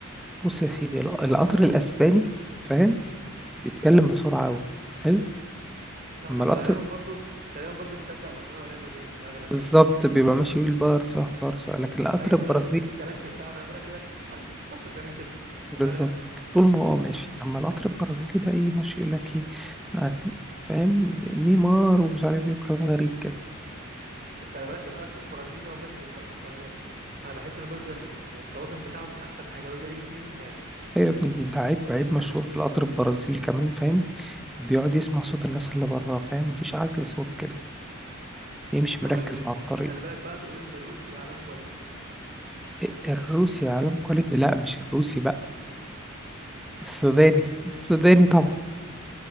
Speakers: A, in the centre; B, on the right (about 45°).
A: بص يا سيدي الق- القطر الأسباني فاهم بيتكلم بسرعة أوي حلو
B: فاهمك
A: أما القطر
B: وغالبا برضو غالبا برضو بيشجع برشلونه او ريال مدريد في الاغلب
A: بالظبط
B: يعني
A: بيبقى ماشي يقول بارصة بارصة لكن القطر
B: ايوه
A: البرازيلي
B: خلي بالك الكلاكس بتاعه خلي بالك يقول لك بارسا بارسا بيعمل كده في
A: بالظبط
B: الاغلب
A: طول ما هو ماشي أما القطر البرازيلي بقى إيه ماشي يقول لك إيه عايز- فاهم نيمار ومش عارف إيه وكلام غريب كده
B: <laughs> خلي بالك الاكل البرازيلي هو ماشي بيترقص خلي بالك انا بحس انه بيفضل إيه، مش التوازن بتاعه مش احسن حاجه بيفضل يجي يمين وشمال
A: أيوة يا ابني دي ده عيب عيب مشهور
B: <coughs>
A: في القطر البرازيلي كمان فاهم بيقعد يسمع صوت الناس اللي بره فاهم مفيش عزل صوت كده ليه مش
B: طب
A: مركز
B: ال... ال...
A: مع الطريق
B: خلي بالك بقى بيقولوا ان الروسي اعلام كواليتي
A: إيه؟ الروسي عالم كواليتي لا مش الروسي بقى السوداني
B: امال ايه
A: السوداني طبعا